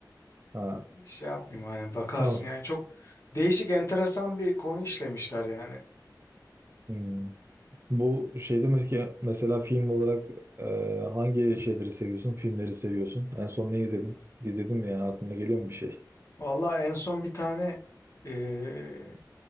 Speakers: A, on the right; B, on the left.
A: Ha,
B: Şey yapmayayım aynen bakarsın
A: tamam.
B: yani çok değişik enteresan bir konu işlemişler yani.
A: Hmm. Bu şey demek ki mesela film olarak e, hangi şeyleri seviyorsun? Filmleri seviyorsun. En son ne izledin? İzledin mi yani aklına geliyor mu bir şey?
B: Vallahi en son bir tane eee,